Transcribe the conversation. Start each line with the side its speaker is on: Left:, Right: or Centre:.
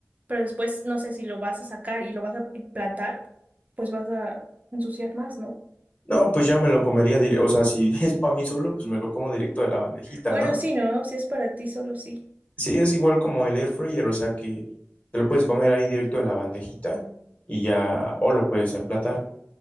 Right: pero después no sé si lo vas a sacar y lo vas a emplatar, pues vas a ensuciar más, ¿no?
Left: No, pues ya me lo comería directo, o sea, si <laughs> es para mí solo, pues me lo como directo de la bandejita,
Right: Bueno,
Left: ¿no?
Right: sí, ¿no? Si es para ti, solo sí.
Left: Sí, es igual como el air fryer, o sea que te lo puedes comer ahí directo de la bandejita y ya, o lo puedes emplatar.